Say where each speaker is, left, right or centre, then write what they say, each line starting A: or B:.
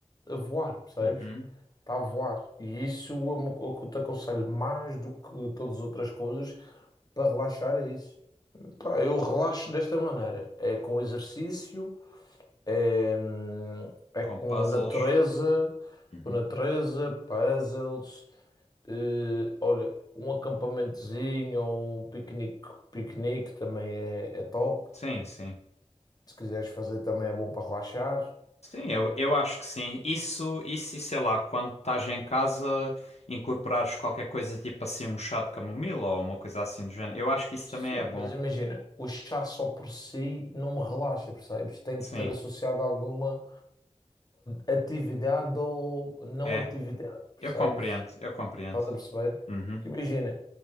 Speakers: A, on the left; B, on the left.
A: a voar, percebes?
B: Uhum.
A: Está a voar. E isso é uma coisa que eu te aconselho mais do que todas as outras coisas, para relaxar é isso. Pá, eu relaxo desta maneira. É com exercício, é, é
B: Com
A: com
B: puzzles.
A: natureza,
B: Uhum.
A: com natureza, puzzles. eh, olha, um acampamentozinho ou um piquenique, piquenique também é, é top.
B: Sim, sim.
A: Se quiseres fazer também é bom para relaxar.
B: Sim, eu, eu acho que sim. Isso, isso, e sei lá, quando estás em casa, incorporares qualquer coisa tipo assim, um chá de camomila ou uma coisa assim do género. Eu acho que isso
A: Sim,
B: também é bom.
A: mas imagina, o chá só por si não me relaxa, percebes? Tem
B: Sim,
A: que ter associado alguma atividade ou não
B: é.
A: atividade, percebes?
B: Eu compreendo, eu compreendo.
A: Estás a perceber?
B: Uhum.
A: Que imagina,